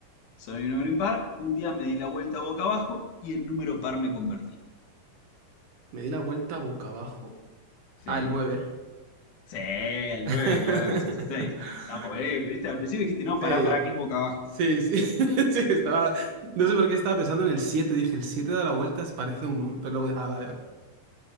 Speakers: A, on the left; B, on the right.
A: Soy un número impar, un día me di la vuelta boca abajo y en número par me convertí.
B: me di la vuelta boca abajo.
A: Sí.
B: Ah, el 9.
A: Sí, el
B: <laughs>
A: 9, claro, que se hace 6. Está, eh, viste, al principio dijiste, no,
B: Sí,
A: pará, pará, que es boca abajo.
B: sí, sí, <laughs> sí, estaba... No sé por qué estaba pensando en el 7. dije, el 7 da la vuelta, parece un 1, pero luego, ah, vale, vale,